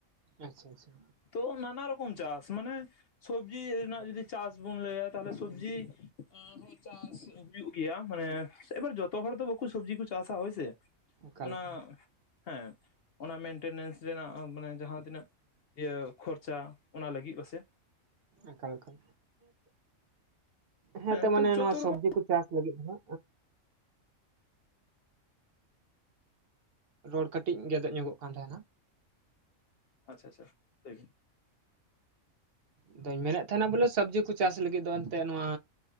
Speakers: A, on the right (about 55°); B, on the left (about 60°).
A: ᱟᱪᱪᱷᱟ ᱟᱪᱪᱷᱟ᱾
B: ᱛᱚ ᱱᱟᱱᱟ ᱨᱚᱠᱚᱢ ᱪᱟᱥ ᱢᱟᱱᱮ ᱥᱚᱵᱡᱤ ᱨᱮᱱᱟᱜ ᱡᱩᱫᱤ ᱪᱟᱥ ᱵᱚᱱ ᱞᱟᱹᱭᱟ ᱛᱟᱦᱞᱮ ᱥᱚᱵᱡᱤ᱾ ᱟ ᱦᱚᱸ ᱪᱟᱥ ᱦᱩᱭᱩᱜ ᱜᱮᱭᱟ ᱢᱟᱱᱮ ᱮᱵᱟᱨ ᱡᱚᱛᱚ ᱦᱚᱲ ᱫᱚ ᱵᱟᱠᱚ ᱥᱚᱵᱡᱤ ᱠᱚ ᱪᱟᱥᱟ ᱦᱳᱭᱥᱮ᱾
A: ᱚᱠᱟ
B: ᱚᱱᱟ
A: ᱞᱮᱠᱟ
B: ᱦᱮᱸ ᱚᱱᱟ ᱢᱮᱱᱴᱮᱱᱮᱱᱥ ᱨᱮᱱᱟᱜ ᱢᱟᱱᱮ ᱡᱟᱦᱟᱸ ᱛᱤᱱᱟᱹᱜ ᱤᱭᱟᱹ ᱠᱷᱚᱨᱪᱟ ᱚᱱᱟ ᱞᱟᱹᱜᱤᱫ ᱦᱚᱥᱮ᱾
A: ᱮᱠᱟᱞ ᱮᱠᱟᱞ ᱦᱮᱸᱛᱚ
B: ᱦᱮᱸ
A: ᱢᱟᱱᱮ
B: ᱛᱚ ᱡᱚᱛᱚ
A: ᱱᱚᱣᱟ ᱥᱚᱵᱡᱤ
B: ᱨᱚᱠᱚᱢ
A: ᱠᱚ ᱪᱟᱥ ᱞᱟᱹᱜᱤᱫ ᱫᱚ ᱨᱚᱲ ᱠᱟᱹᱴᱤᱡ ᱜᱮᱫ ᱧᱚᱜᱚᱜ ᱠᱟᱱ ᱛᱟᱦᱮᱱᱟ᱾
B: ᱟᱪᱪᱷᱟ ᱟᱪᱪᱷᱟ ᱞᱟᱹᱭᱵᱤᱱ
A: ᱟᱫᱚᱧ ᱢᱮᱱᱮᱫ ᱛᱟᱦᱮᱱᱟ ᱵᱚᱞᱮ ᱥᱚᱵᱽᱡᱤ ᱠᱚ ᱪᱟᱥ ᱞᱟᱹᱜᱤᱫ ᱫᱚ ᱮᱱᱛᱮᱜ ᱱᱚᱣᱟ